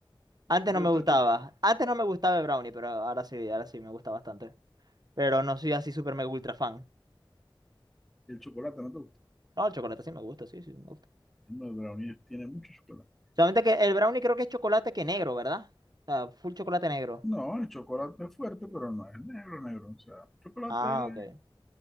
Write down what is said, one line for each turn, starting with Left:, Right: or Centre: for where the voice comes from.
Right: Antes
Centre: ¿No te
Right: no
Centre: gusta
Right: me gustaba,
Centre: el, cho-
Right: antes no me gustaba el Brownie, pero ahora sí, ahora sí me gusta bastante. Pero no soy así súper mega ultra fan.
Centre: el chocolate? ¿No te gusta?
Right: No, el chocolate sí me gusta, sí, sí me gusta.
Centre: No, el brownie tiene mucho chocolate.
Right: Solamente que el Brownie creo que es chocolate que negro, ¿verdad? O sea, full chocolate negro.
Centre: No, el chocolate es fuerte, pero no es negro, negro. O sea, el chocolate,
Right: Ah, ok.